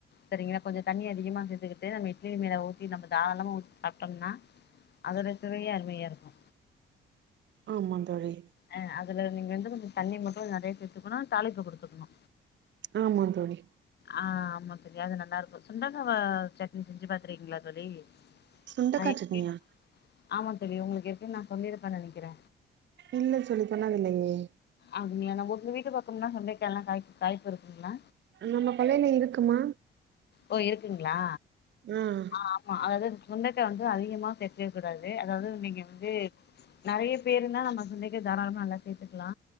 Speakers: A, on the left; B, on the right.
A: சரிங்களா கொஞ்சோ தண்ணி அதிகமா சேத்துக்கிட்டு நம்ம இட்லி மேல ஊத்தி நம்ம தாரளமா ஊத்தி சாப்ட்டோம்னா அதனுடைய சுவையே அருமையா இருக்கு
B: ஆமா தோழி
A: ஆ அதுல நீங்க வந்து கொஞ்சோ தண்ணி மட்டு நறைய சேத்துக்கணு தாளிப்பு குடுத்துக்கணு
B: ஆமா தோழி
A: ஆ ஆமா தோழி அது நல்லா இருக்கு சுண்டக்கா வ சட்னி செஞ்சு பாத்துருகீங்ளா தோழி
B: சுண்டக்கா
A: நா எப்டினு
B: சட்னியா
A: ஆமா தோழி உங்களுக்கு ஏற்கனவே நா சொல்லி இருப்ப நனைக்கிற
B: இல்ல தோழி சொன்னாதில்லையே
A: அப்டிங்ளா ந உங்க வீட்டு பக்கம்லா சுண்டைக்காய்ல்லா காய் காய்பு இருக்குங்ளா
B: நம்ம கொள்ளையில இருக்குமா
A: ஓ இருக்குங்ளா
B: ம்
A: ஆமா அதாவது சுண்டக்கா வந்து அதிகமா சேத்துக்க கூடாது அதாவது நீங்க வந்து நறைய பேரு இருந்தா நம்ம சுண்டக்கா தாராளமா நல்லா சேத்துக்கலா